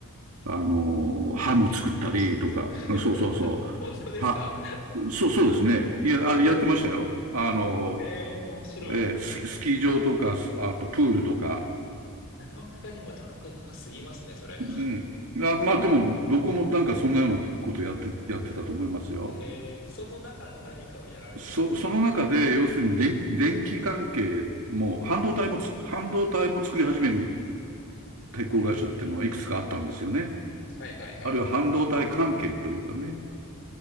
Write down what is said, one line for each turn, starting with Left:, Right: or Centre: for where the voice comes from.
Right: あの、ハム作ったりとか、
Left: 娯楽施設。<laughs>
Right: そうそうそう。
Left: 本当ですか
Right: は、そう、そうですね。いや、あやってましたよ。あの、
Left: <laughs> へえ、面白い。
Right: ええ、ススキー場とか、すあとプールとか。
Left: 中岡家にも高岡が過ぎますね、それ。
Right: うん。あまあ、でも、どこもなんかそんなようなことやって、やってたと思いますよ。
Left: へえ、その中の何かをやられてたんですか
Right: そ、その中で、要するに電、電気関係も、半導体もつ、半導体も作り始める鉄鋼会社っていうのはいくつかあったんですよね。
Left: うんうんうん。はいはいはい。
Right: あるいは半導体関係というかね。